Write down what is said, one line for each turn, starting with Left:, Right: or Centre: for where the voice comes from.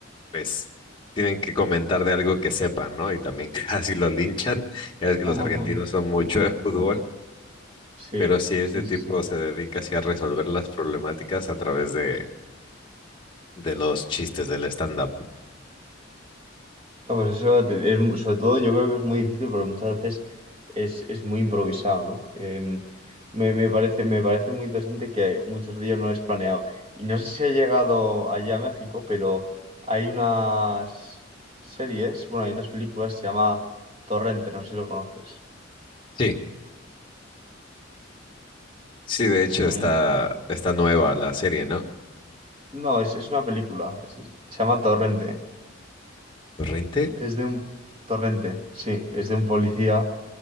Left: pues, tienen que comentar de algo que sepan, ¿no? Y también <laughs> casi lo linchan. Ya ves que
Right: <laughs>
Left: los argentinos son mucho de fútbol.
Right: Sí,
Left: Pero sí, este
Right: sí,
Left: tipo
Right: sí, sí.
Left: se dedica así a resolver las problemáticas a través de, de los chistes del stand-up.
Right: No, pues eso te- es, mu- sobre todo yo creo que es muy difícil porque muchas veces es, es muy improvisado, ¿no? Em, me, me parece, me parece muy interesante que muchos de ellos no es planeado. Y no sé si ha llegado allá a México, pero hay unas series, bueno, hay unas películas, se llama Torrente, no sé si lo conoces,
Left: Sí, sí, de hecho
Right: que también...
Left: está, está nueva la serie, ¿no?
Right: No, es, es una película, es- es- se llama Torrente,
Left: ¿Torrente?
Right: es de un... Torrente, sí, es de un policía